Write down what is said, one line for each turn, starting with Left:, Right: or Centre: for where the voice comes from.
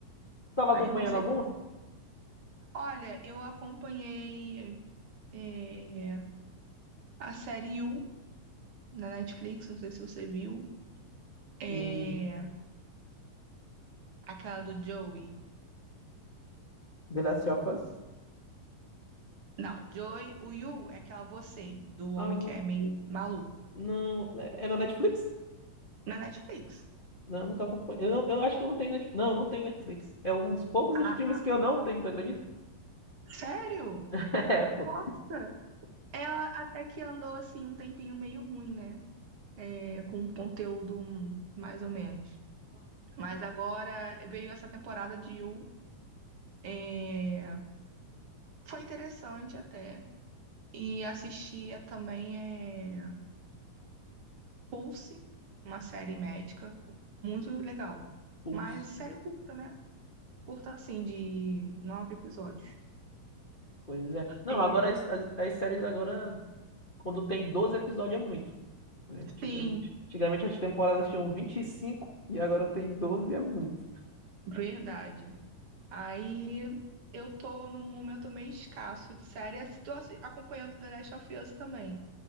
Left: Tava acompanhando
Right: Aí eu não sei
Left: alguma?
Right: o que eu. Olha, eu acompanhei eh, a série You da Netflix, não sei se você viu, é,
Left: Hum,
Right: aquela do Joey.
Left: The Last of Us?
Right: Não, Joy, o Yu é aquela você, do homem
Left: Ah,
Right: que é meio maluco,
Left: não. É é na Netflix?
Right: na Netflix.
Left: Não, eu nunca acompanho. Eu, não- eu acho que eu não tenho Netflix. Não, eu não tenho Netflix. É um dos poucos
Right: Ah,
Left: streams que eu não tenho, tu acredita?
Right: sério?
Left: <laughs> É, pô.
Right: Nossa! Ela até que andou assim um tempinho meio ruim, né? É, com um conteúdo hum, mais ou menos. Mas agora veio essa temporada de Yu. é, Foi interessante até. E assistia também é... Pulse, uma série médica. Muito legal.
Left: Pulse.
Right: Mas série curta, né? Curta assim, de nove episódios.
Left: Pois é. Não,
Right: E-
Left: agora as, as, as séries agora, quando tem 12 episódios é muito, né? Antigamente,
Right: Sim,
Left: antigamente as temporadas tinham vinte e cinco e agora tem 12 é muito.
Right: verdade. Aí eu tô num momento meio escasso de série. assi- Tô assi- acompanhando The Last of Us também.